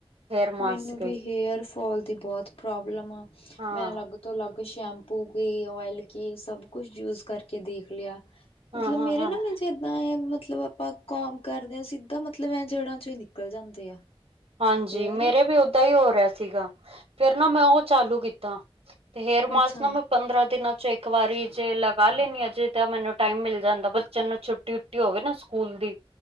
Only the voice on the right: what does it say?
ਹੇਅਰ ਮਾਸਕ
ਹਾਂ
ਹਾਂ
ਹਾਂ
ਹਾਂ
ਹਾਂਜੀ
ਮੇਰੇ ਵੀ ਓਦਾਂ ਈ ਹੋ ਰਿਆ ਸੀਗਾ ਫੇਰ ਨਾ ਮੈਂ ਓ ਚਾਲੂ ਕੀਤਾ। ਹੇਅਰ ਮਾਸਕ
ਨਾ ਮੈਂ ਪੰਦਰਾਂ ਦਿਨਾਂ ਚੋਂ ਇੱਕ ਵਾਰੀ ਜੇ ਲਗਾ ਲੈਣੀ ਆ ਜੇ ਤਾਂ ਮੈਨੂੰ ਟਾਈਮ ਮਿਲ ਜਾਂਦਾ ਬੱਚਿਆਂ ਨੂੰ ਛੁੱਟੀ ਛੁਟੀ ਹੋਵੇ ਨਾ ਸਕੂਲ ਦੀ